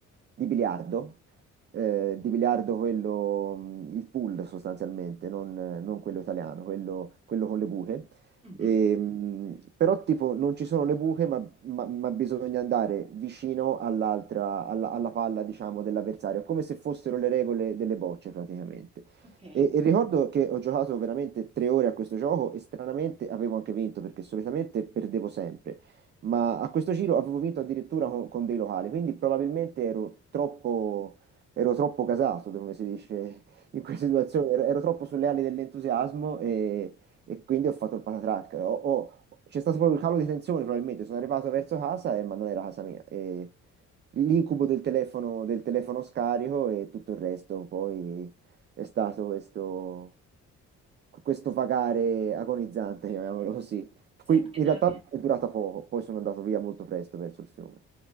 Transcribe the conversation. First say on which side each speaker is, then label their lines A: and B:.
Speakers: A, on the right; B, on the right.
A: di biliardo, eh, di biliardo quello, mm, il pool sostanzialmente, non, non quello italiano, quello quello con le buche.
B: Mhm,
A: E, mh, però tipo non ci sono le buche, ma, ma- ma bisogna andare vicino all'altra, alla, alla palla, diciamo, dell'avversario, come se fossero le regole delle bocce praticamente.
B: Ok.
A: E, e ricordo che ho giocato veramente tre ore a questo gioco e stranamente avevo anche vinto perché solitamente perdevo sempre, ma a questo giro avevo vinto addirittura con, con dei locali, quindi probabilmente ero troppo, ero troppo gasato, come si dice in questa situazione, ero, ero troppo sulle ali dell'entusiasmo e quindi ho fatto il patatrack. Ho- ho- c'è stato proprio il calo di tensione, probabilmente. Sono arrivato verso casa e ma non era casa mia. E l'incubo del telefono, del telefono scarico e tutto il resto poi è stato questo, questo vagare agonizzante, chiamiamolo così.
B: Sai
A: Qui
B: che
A: in realtà
B: non
A: è durata poco, poi sono andato via molto presto verso il fiume.